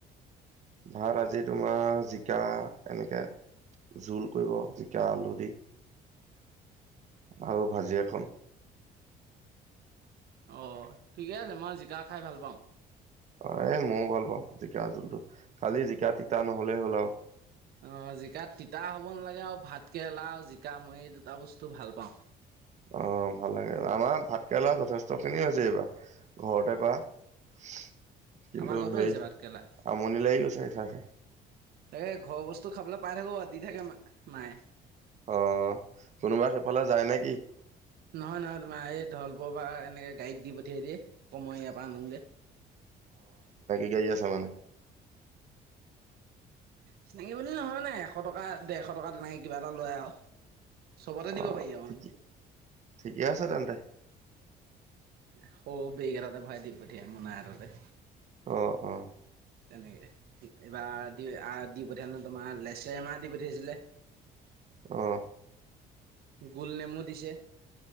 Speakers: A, on the right; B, on the right.
A: ভাত আজি তোমাৰ জিকা এনেকে জোল কৰিব জিকা আলু দি আৰু ভাজি এখন
B: অ ঠিকে আছে মই জিকা খাই ভাল পাম
A: অ এই মইও ভাল পাওঁ জিকা জোলটো খালি জিকা তিতা নহলেই হ'ল আৰু
B: অ জিকাত তিতা হ'ব নালাগে আৰু ভাত কেৰেলা আৰু জিকা মই এই দুটা বস্তু ভাল পাওঁ
A: অ ভাল লাগে আমাৰ ভাতকেৰেলা যথেষ্ট খিনি হৈছে এইবাৰ ঘৰতে কৰা কিন্তু
B: আমাৰ ঘৰতো
A: সেই
B: হৈছে ভাত কেৰেলা।
A: আমনি লাগি গৈছে এষা খে
B: এই ঘৰৰ বস্তু খাবলৈ পাই থাকো দি থাকে মায়ে
A: অ কোনোবা সেইফালে যায় নে কি
B: নহয় নহয় তোমা এই ধল প বা এনেকে গাইীত দি পঠিয়াই দিয়ে অ মই ইয়াৰ পৰা আনো যে
A: গ আছা মানে
B: চিনাকি বুলি নহয় নে এশ টকা ডেৰশ টকা তেনেকৈ কিবা এটা লয় আৰু চবতে
A: অ
B: দিব পাৰি আৰু
A: ঠিকে
B: মানে
A: ঠিকে আছে তেন্তে
B: সৰু বেক এটাতে ভৰাই দি পঠিয়াই মোনা এটাতে
A: অঁ অঁ
B: তেনেকৈ এইবাৰ দি দি পঠিয়াল নো তোমাৰ লেচেৰমাহ দি পঠিয়াইছিলে
A: আহঁ
B: গুল নেমো দিছে